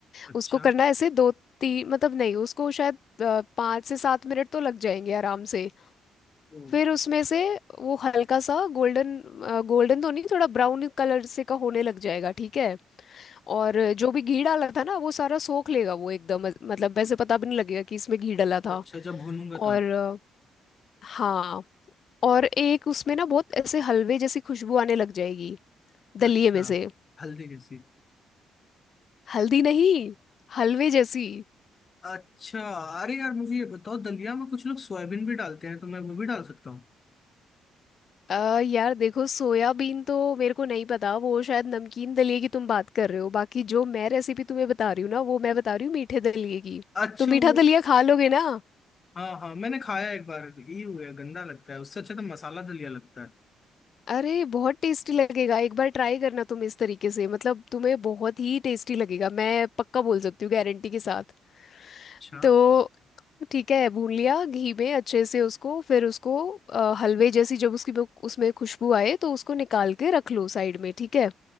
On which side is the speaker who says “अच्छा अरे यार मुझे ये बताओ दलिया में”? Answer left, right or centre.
Left